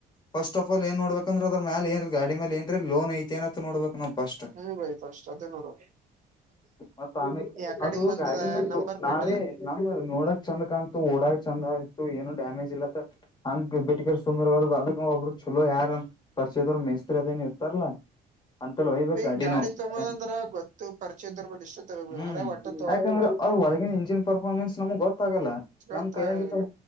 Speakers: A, on the left; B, on the right.
A: ಫಸ್ಟ್ ಆಫ ಆಲ್ ಏ ನೋಡ್ಬೇಕಂದ್ರ ಅದ್ರ ಮೇ ಏನ್ ಗಾಡಿ ಮೇಲೆ ಏನ್ ಟ್ರೆ ಲೋನ್ ಐತೆ ಏನತ ನೋಡ್ಬೇಕ ನಾವ್ ಫಸ್ಟ್
B: ಹ್ಮ್ ಬೈ ಫಸ್ಟ್ ಅದೇ ನೋಡು
A: ಮತ್ತ ಆಮೇಕ
B: ಯ ಕಡಿಂದ
A: ಅದು
B: ಬಂದದ
A: ಗಾಡಿನು
B: ನಂಬರ್
A: ತು
B: ಪ್ಲೇಟ್
A: ನಾವೇ
B: ಎಲ್ಲ
A: ನಮ್ಮ ನೋಡಕ್ ಚಂದ ಕಾಣ್ತು ಓಡಾಕ್ ಚಂದ ಆಯ್ತು ಏನು ಡ್ಯಾಮೇಜ್ ಇಲ್ಲತ್ತ ಹಂಗ ಬಿಟರ್ ಸುಂದರವಾರದ ಅದಕ್ಕ ಒಬ್ರು ಚಲೋ ಯಾರ ಪರಿಚಯದರು ಮೇಸ್ತ್ರಿ ಅದೇನ್ ಇರ್ತಾರಲ್ಲಾ ಅಂತಲ್ಲ ಒಯ್ಬೇಕ
B: ಬೈ
A: ಗಾಡಿ ನಾವ
B: ತಗೋದಂದ್ರ ಗೊತ್ತು ಪರಿಚಯದರ್ ಬಳಿ ಇಷ್ಟ ತಗೋಬ
A: ಹ್ಮ
B: ಹೊರ ಒಟ್ಟ ತಗೋಕಬ
A: ಯಾಕಂದ್ರ ಅವ ಒಳಗಿನ ಇಂಜಿನ್ ಪರ್ಫಾರ್ಮೆನ್ಸ್ ನಮ್ಗ ಗೊತ್ತಾಗಲ್ಲ
B: ಗೊತ್ತಾಗಂಗಿಲ್ಲ
A: ನಮ್ ಕೈಯಗ